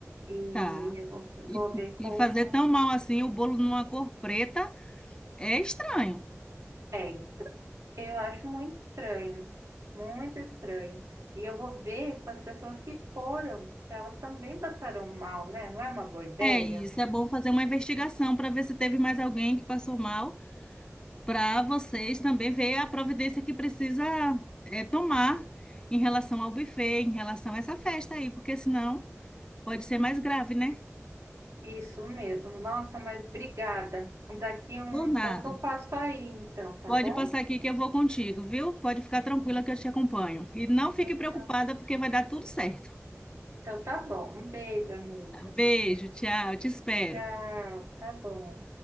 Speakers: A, on the right (about 85°); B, on the left (about 15°).
A: E
B: Tá.
A: eu vou, eu
B: E,
A: vou ver com.
B: e fazer tão mal assim o bolo numa cor preta é estranho.
A: É isso. Eu acho muito estranho. Muito estranho. E eu vou ver com as pessoas que foram, se elas também passaram mal, né? Não é uma boa ideia?
B: É isso, é bom fazer uma investigação para ver se teve mais alguém que passou mal, para vocês também ver a providência que precisa é, tomar em relação ao buffet, em relação a essa festa aí, porque senão pode ser mais grave, né?
A: Isso mesmo. Nossa, mas obrigada. Daqui um
B: Ou nada.
A: pouco eu passo aí, então, tá
B: Pode
A: bom?
B: passar aqui que eu vou contigo, viu? Pode ficar tranquila que eu te acompanho. E não fique
A: Então,
B: preocupada porque vai dar tudo certo.
A: então tá bom. Um beijo, amiga.
B: Beijo, tchau, te espero.
A: Tchau, tá bom.